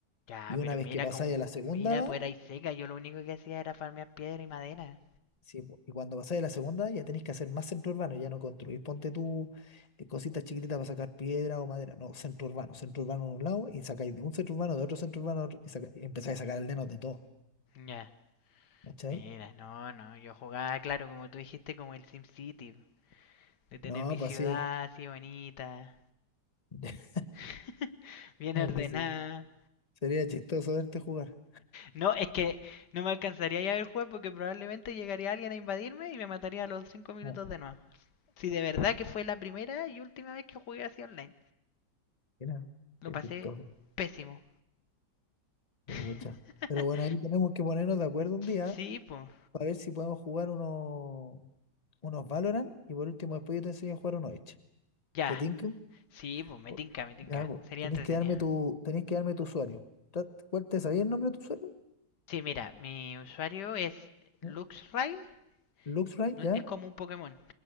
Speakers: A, on the left; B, on the left.
A: ya,
B: Y una
A: pero
B: vez
A: mira
B: que pasáis
A: como.
B: a la segunda
A: Mira,
B: edad,
A: pues era y seca. Yo lo único que hacía era farmear piedra y madera.
B: sí, po, y cuando pasáis a la segunda edad, ya tenéis que hacer más centro urbano. Ya no construís, ponte tú eh, cositas chiquititas para sacar piedra o madera. No, centro urbano. Centro urbano de un lado y sacáis de un centro urbano, de otro centro urbano, de otro, y, saca- y empezáis a sacar aldeanos de todo.
A: Ya,
B: ¿Cachai?
A: mira, no, no. Yo jugaba, claro, como tú dijiste, como el SimCity. De tener
B: No,
A: mi
B: pues
A: ciudad
B: sí.
A: así bonita,
B: <laughs>
A: <laughs> bien ordenada.
B: que se- Sería chistoso verte jugar.
A: No, es que no me alcanzaría ya a ver jugar porque probablemente llegaría alguien a invadirme y me mataría a los cinco minutos
B: No,
A: de nuevo. Si de verdad que fue la primera y última vez que jugué así online.
B: mira,
A: Lo
B: qué
A: pasé
B: chistoso.
A: pésimo.
B: Pucha.
A: <laughs>
B: Pero bueno, ahí tenemos que ponernos de acuerdo un día
A: Sí, pues.
B: para ver si podemos jugar unos, unos Valorant y por último después yo te enseño a jugar uno Oich.
A: Ya.
B: ¿Te tinca?
A: Sí, pues me
B: Po-
A: tinca, me tinca.
B: Ya, po.
A: Sería
B: Tenés
A: entretenido.
B: que darme tu, tenés que darme tu usuario. Tra- ¿Cuál te sabía el nombre de tu usuario?
A: Sí, mira, mi usuario es Luxray.
B: ¿No? Luxray,
A: no-
B: ya.
A: Es como un Pokémon.